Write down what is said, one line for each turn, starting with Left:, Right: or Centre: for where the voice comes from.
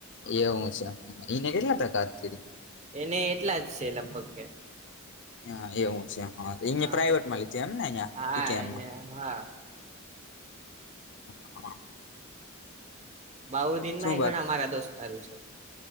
Left: એવું છે એને કેટલા ટકારી
Right: એને એટલા જ છે લગભગ કે
Left: હા એવું અયા
Right: હા
Left: પ્રઇવેટમાં લીધું એમને અીમ
Right: હા એને હા
Left: હા હા
Right: બાઉદીનમાંય
Left: બાત
Right: ઘણા મારા દોસ્તારું છે.